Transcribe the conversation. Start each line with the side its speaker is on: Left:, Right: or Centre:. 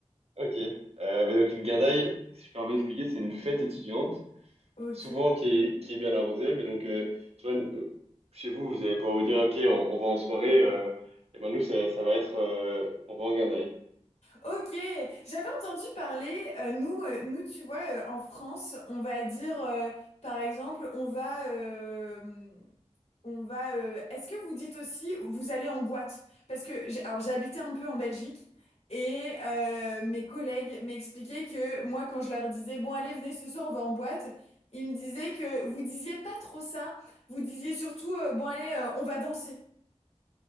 Right: Ok. Euh, mais donc, une guindaille, si je peux un peu expliquer, c'est une fête étudiante
Left: Ok.
Right: souvent qui est, qui est bien arrosé. Mais donc, euh, tu vois, euh, chez vous, vous allez pouvoir vous dire, OK, on, on va en soirée. euh, et ben nous, ça, ça va être, euh, on va en guindaille.
Left: Ok. J'avais entendu parler, euh, nous, euh, nous, tu vois, euh, en France, on va dire, euh, par exemple, on va, euh, On va. euh, Est-ce que vous dites aussi, vous allez en boîte? Parce que j'ai, alors j'ai habité un peu en Belgique et euh, mes collègues m'expliquaient que moi, quand je leur disais, bon, allez, venez ce soir, on va en boîte, ils me disaient que vous disiez pas trop ça. Vous disiez surtout, euh, bon, allez, euh, on va danser.